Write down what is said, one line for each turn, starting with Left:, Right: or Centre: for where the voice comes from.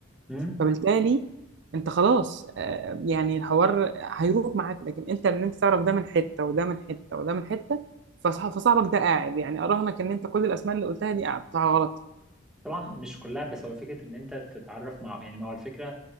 Centre: مم؟
Right: فبالتالي انت خلاص آه، يعني الحوار هيروح معاك لكن انت ان انت تعرف ده من حته وده من حته وده من حته فصح- فصاحبك ده قاعد يعني اراهنك ان انت كل الاسماء اللي قلتها دي قاعد صح ولا غلط
Centre: طبعا مش كلها بس هو فكرة ان انت تتعرف مع يعني ما هو الفكرة